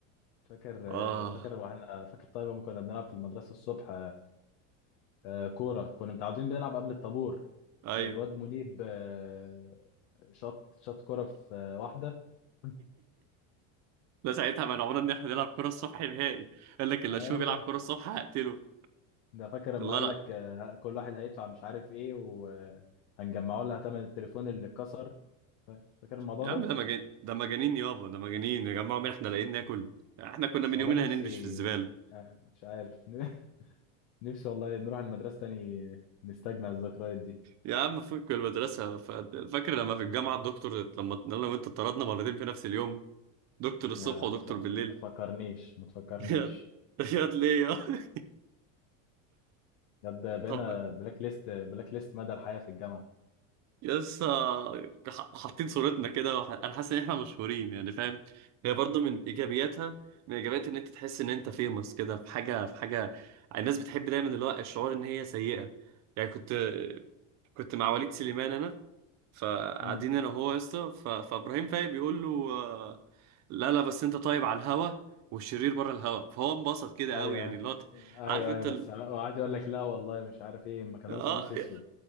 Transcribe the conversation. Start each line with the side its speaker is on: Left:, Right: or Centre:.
Left: فاكر
Right: اه
Left: فاكر واحنا فاكر طيب لما كنا بنلعب في المدرسه الصبح آه، كوره كنا متعودين بنلعب قبل الطابور
Right: ايوع
Left: والواد منيب آه، شاط شاط كوره في آه، واحده <laughs>
Right: لا ساعتها منعونا ان احنا نلعب كرة الصبح نهائي قال لك اللي
Left: ايوه
Right: اشوفه بيلعب كرة الصبح هقتله
Left: ده فاكر لما
Right: الله
Left: قال
Right: لا
Left: لك آه، كل واحد هيدفع مش عارف ايه وهنجمعوا لها ثمن التليفون اللي اتكسر فا- فاكر الموضوع
Right: يا
Left: ده
Right: عم ده مجانين ده مجانين يابا ده مجانين يا جماعة مين احنا لاقيين ناكل احنا كنا
Left: بس
Right: من
Left: والله
Right: يومين
Left: نفسي
Right: هننبش في الزبالة
Left: آه، مش عارف <laughs> نفسي والله نروح المدرسه تاني نستجمع الذكريات دي
Right: يا عم فك المدرسة ف- فاكر لما في الجامعة الدكتور لما انا وانت اتطردنا مرتين في نفس اليوم دكتور الصبح
Left: آه،
Right: ودكتور
Left: ما تف-
Right: بالليل
Left: ما تفكرنيش ما تفكرنيش
Right: <laughs> ياد ياد ليه يا
Left: بجد
Right: <laughs>
Left: بقينا
Right: طب
Left: بلاك ليست بلاك ليست مدى الحياة في الجامعة
Right: يس ح- حاطين صورتنا كده وح- انا حاسس ان احنا مشهورين يعني فاهم هي برضو من ايجابياتها من ايجابيات ان انت تحس ان انت فيمس كده في حاجه في حاجه الناس بتحب دايما اللي هو الشعور ان هي سيئه يعني كنت كنت مع وليد سليمان انا فقاعدين
Left: امم
Right: انا وهو يا اسطى ف- فابراهيم فايق بيقول له آه، لا لا بس انت طيب على الهوا والشرير بره الهوا فهو انبسط كده
Left: ايوه
Right: قوي يعني اللي هو
Left: ايوه
Right: عارف انت
Left: ايوه
Right: ال...
Left: بس وقعد يقول لك لا والله مش عارف ايه ما كان
Right: اه
Left: لابس قميص اسود
Right: يا